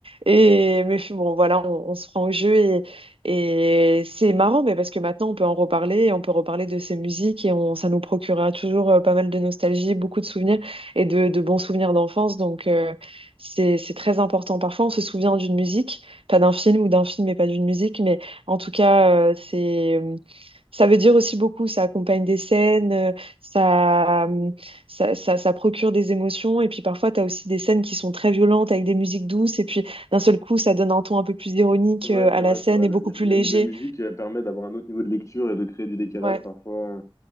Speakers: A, on the right (about 80°); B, on the left (about 35°).
A: et mais f- bon voilà on, on se prend au jeu et, et c'est marrant mais parce que maintenant on peut en reparler et on peut reparler de ces musiques et on, ça nous procurera toujours euh, pas mal de nostalgie beaucoup de souvenirs et de, de bons souvenirs d'enfance donc euh, c'est c'est très important parfois on se souvient d'une musique pas d'un film ou d'un film mais pas d'une musique mais en tout cas euh, c'est ça veut dire aussi beaucoup, ça accompagne des scènes, euh, ça, ça, ça, ça procure des émotions. Et puis parfois, tu as aussi des scènes qui sont très violentes avec des musiques douces. Et puis d'un seul coup, ça donne un ton un peu plus ironique
B: C'est vrai,
A: euh, à
B: c'est
A: la
B: vrai,
A: scène
B: c'est vrai.
A: et
B: La,
A: beaucoup
B: la-
A: plus
B: la-
A: léger.
B: la musique euh, permet d'avoir un autre niveau de lecture et de créer du décalage
A: Ouais.
B: parfois.